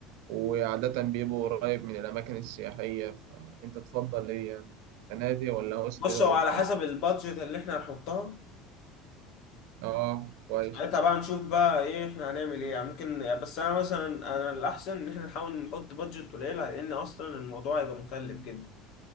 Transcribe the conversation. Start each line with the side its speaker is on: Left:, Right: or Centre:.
Right: وعادة بيبقى قريب من الأماكن السياحية فأنت تفضل إيه يعني فنادق ولا هوستل
Left: بص
Right: ولا
Left: هو على حسب البادجت اللي إحنا هنحطها
Right: آه كويس
Left: ساعتها بقى نشوف بقى إيه إحنا هنعمل إيه يعني ممكن بس أنا مثلا أنا الأحسن إن إحنا نحاول نحط بادجت قليلة لأن أصلا الموضوع هيبقى مكلف جدا